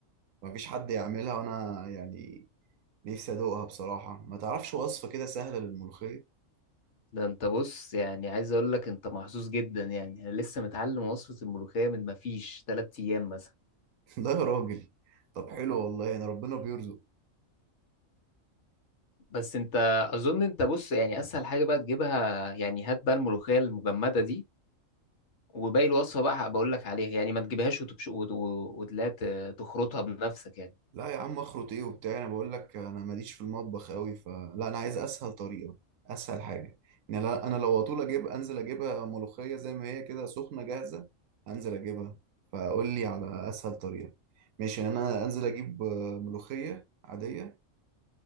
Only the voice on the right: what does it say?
مفيش حد يعملها وأنا يعني نفسي أدوقها بصراحة ما تعرفش وصفة كده سهلة للملوخية
<laughs> لا يا راجل طب حلو والله يعني ربنا بيرزق
لا يا عم اخرط ايه وبتاع انا بقول لك انا ماليش في المطبخ قوي فلا انا عايز اسهل طريقه اسهل حاجه يعني لا- انا لو اطول اجيب انزل اجيبها ملوخيه زي ما هي كده سخنه جاهزه انزل اجيبها فقول لي على اسهل طريقه ماشي يعني انا انزل اجيب آه، ملوخيه عاديه